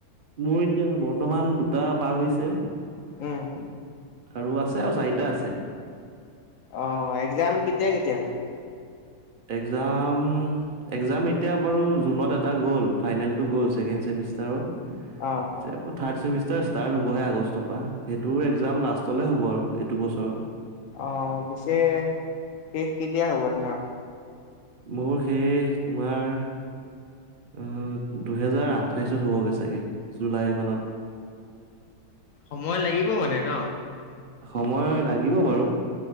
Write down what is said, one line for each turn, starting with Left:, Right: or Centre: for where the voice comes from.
Right: মোৰ এতিয়া বৰ্তমান দুটা পাৰ হৈছে। আৰু
Left: উম
Right: আছে আৰু চাৰিটা আছে।
Left: অঁ, এক্জাম কেতিয়া কেতিয়া হয়?
Right: এক্সাম- একজাম এতিয়া বাৰু জুনত এটা গ'ল ফাইনেলটো গ'ল ছেকেণ্মষ্টাৰৰ, -
Left: অঁ'
Right: ছে আকৌ থাৰ্ড চেমিষ্টাৰ ষ্টাৰ্ট হ'বহে আগষ্টৰ পৰা, সেইটোৰ এক্জাম লাষ্টলে হ'ব আৰু এইটো বছৰৰ।
Left: অঁ' পিছে শেষ কেতিয়া হব তোমাৰ?
Right: মোৰ শেষ তোমাৰ- অঁ, দুহেজাৰ আঠাইছত হ'বগে চাগে জুলাই মানত।
Left: সময় লাগিব মানে ন।
Right: সময় লাগিব বাৰু।